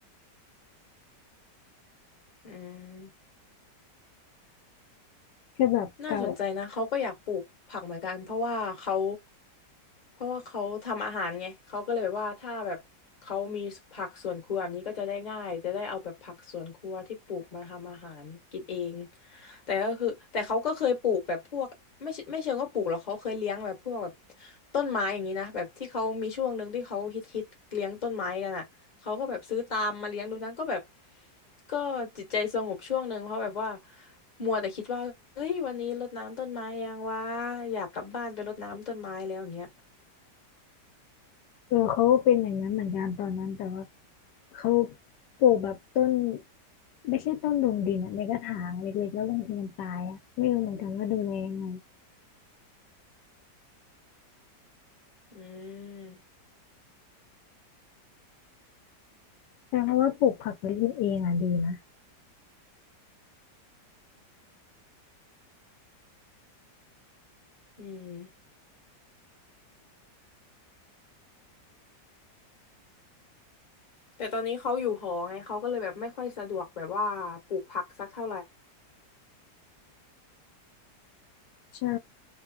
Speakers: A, on the left; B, on the left.
A: อืม
B: คือแบบเก่า
A: น่าสนใจนะเขาก็อยากปลูกผักเหมือนกันเพราะว่าเขา เพราะว่าเขาทำอาหารไงเขาก็เลยแบบว่าถ้าแบบเขามีผักสวนครัวแบบนี้ก็จะได้ง่ายจะได้เอาแบบผักสวนครัวที่ปลูกมาทำอาหารกินเองแต่ก็คือแต่เขาก็เคยปลูกแบบพวกไม่ใช่ไม่เชิงว่าปลูกหรอกเขาเคยเลี้ยงแบบพวกแบบต้นไม้อย่างนี้นะแบบที่เขามีช่วงหนึ่งที่เขาฮิตฮิตเลี้ยงต้นไม้กันอ่ะเขาก็แบบซื้อตามมาเลี้ยงดูนะก็แบบก็จิตใจสงบช่วงหนึ่งเพราะแบบว่ามัวแต่คิดว่าเฮ้ยวันนี้รดน้ำต้นไม้ยังวะอยากกลับบ้านไปรดน้ำต้นไม้แล้วอย่างเงี้ย
B: เออเขาเป็นอย่างนั้นเหมือนกันตอนนั้นแต่ว่าเขาปลูกแบบต้นไม่ใช่ต้นลงดินอะในกระถางเล็กๆแล้วบางทีมันตายอะไม่รู้เหมือนกันว่าดูแลยังไง
A: อืม
B: แต่เพราะว่าปลูกผักเล็กๆเองอ่ะดีนะ
A: อืมแต่ตอนนี้เขาอยู่หอไงเขาก็เลยแบบไม่ค่อยสะดวกแบบว่าปลูกผักสักเท่าไหร่
B: ใช่